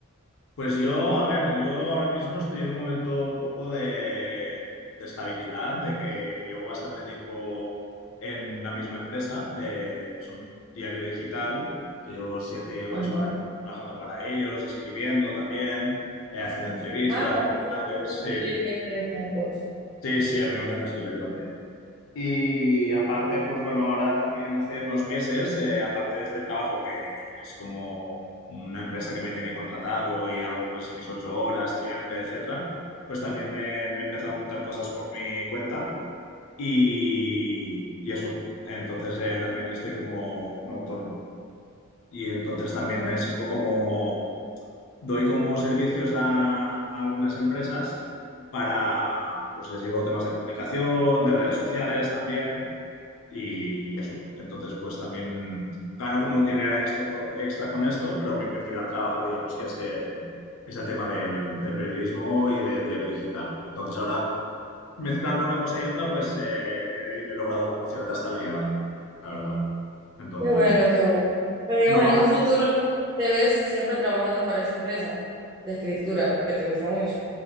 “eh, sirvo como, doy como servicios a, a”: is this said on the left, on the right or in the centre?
Left